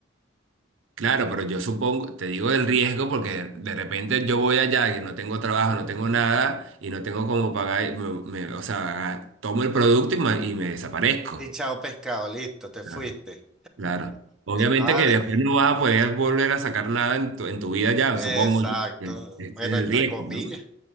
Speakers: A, on the right (about 75°); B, in the centre.
A: claro, pero yo supongo, te digo el riesgo porque de repente yo voy allá que no tengo trabajo, no tengo nada y no tengo cómo pagar, me- me- o sea, tomo el producto y me, y me desaparezco.
B: Y chao pescado, listo, te fuiste.
A: Ah, Claro. Obviamente
B: Vale,
A: que después no vas a poder volver a sacar nada en tu, en tu vida ya,
B: exacto.
A: supongo yo, que este
B: Bueno,
A: es el
B: entre
A: riesgo,
B: comillas.
A: ¿no?